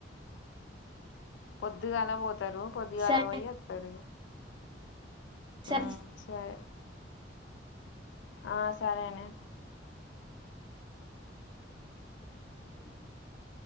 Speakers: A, on the left; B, on the right.
A: పొద్దిగాలనే పోతారు పొద్దిగాల
B: స
A: పొయ్యి వత్తారు ఇగ
B: సర్
A: ఉ సరే ఆ సరేనే
B: అ